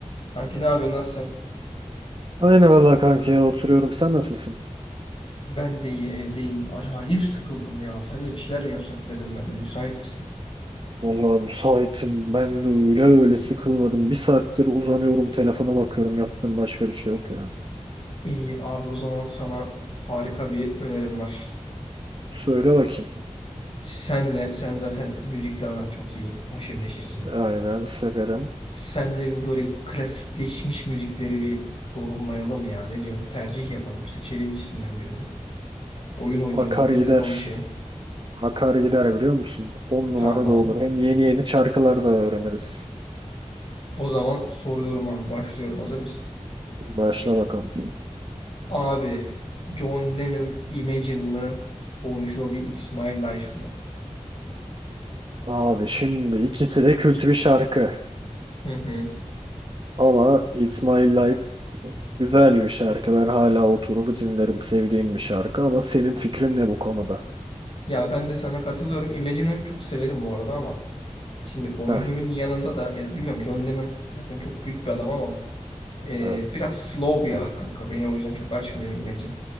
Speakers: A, on the left; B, on the right.
A: Kanki ne yapıyorsun? Nasılsın?
B: Aynı vallahi kanka ya oturuyorum. Sen nasılsın?
A: Ben de iyi evdeyim. Acayip sıkıldım ya. Seninle bir şeyler mi yapsak dedim ben de. Müsait misin?
B: Vallahi müsaitim. Ben de öyle öyle sıkılmadım. Bir saattir uzanıyorum telefona bakıyorum. Yaptığım başka bir şey yok ya.
A: İyi abi o zaman sana harika bir önerim var.
B: Söyle bakayım.
A: Senle, sen zaten müzikle aran çok iyi. Haşır neşirsin.
B: Aynen severim.
A: Senle bu böyle klasikleşmiş müzikleri bir yorumlayalım ya. Ne diyorsun? Tercih yapalım. Seçelim ikisinden birini. Oyun oynayalım.
B: Akar
A: Ne
B: gider.
A: dedin o işe?
B: Akar gider biliyor musun? On
A: Tamam.
B: numara da olur. Hem yeni yeni şarkılar da öğreniriz.
A: O zaman soruyorum abi. Başlıyorum. Hazır mısın?
B: Başla bakalım.
A: Abi John Lennon Imagine mı? Bon Jovi It's My Life mı?
B: Abi şimdi ikisi de kült bir şarkı.
A: Hı hı.
B: Ama It's My Life güzel bir şarkı. Ben hala oturur dinlerim. Sevdiğim bir şarkı. Ama senin fikrin ne bu konuda?
A: Ya ben de sana katılıyorum. Imagine'ı çok severim bu arada ama şimdi Bon
B: Heh.
A: Jovi'nin yanında da ya bilmiyorum John Lennon zaten çok büyük bir adam ama e,
B: Evet.
A: biraz slow ya kanka. Beni o yüzden çok açmıyor Imagine.